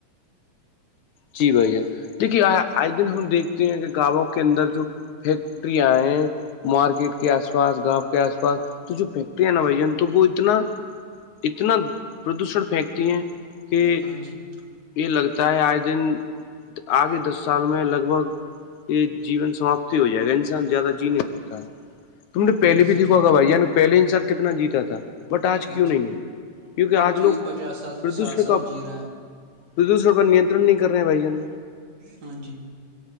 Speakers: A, on the left (about 75°); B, on the right (about 65°).
A: جی بھ دیکھیے آئے دن ہم دیکھتے ہیں کہ گاؤں کے اندر جو فیکٹرییاں ہیں مارکیٹ کے آس پاس گاؤں کے آس پاس تو جو فیکٹرییا ہے نا بھ جان تو وہ اتنا اتنا پردوشن پھینکتی ہیں کہ
B: ہاں جی
A: یہ لگتا ہے آئے دن آگے دس سال میں لگ بھگ یہ جیون سماپتی ہو جائے گا انسان زیادہ جی نہیں سکتا ہے تم نے
B: ہاں
A: پہلے
B: جی
A: بھی
B: سچی
A: دیکوا
B: بات
A: بھائی
B: ہے
A: یعنی پہلے ان ش سال کتنا جیتا تھا بٹ آج
B: ہاں
A: کیوں
B: جی
A: نہیں ہے کیونکہ آج
B: تو یہ
A: لوگ
B: پچاس سال
A: پردوشن
B: ساٹھ سال
A: کا
B: جی رہا ہے
A: پردوشر پر نیترن نہیں کر رہے ہیں بائی جان
B: ہاں جی